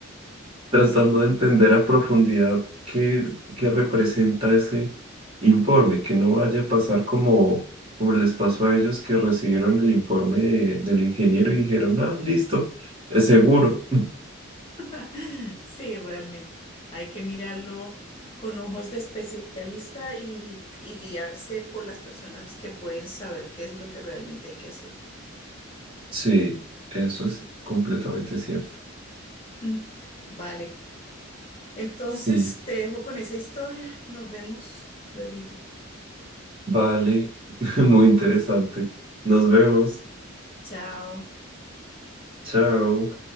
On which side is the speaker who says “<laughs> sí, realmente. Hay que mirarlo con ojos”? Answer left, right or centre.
Left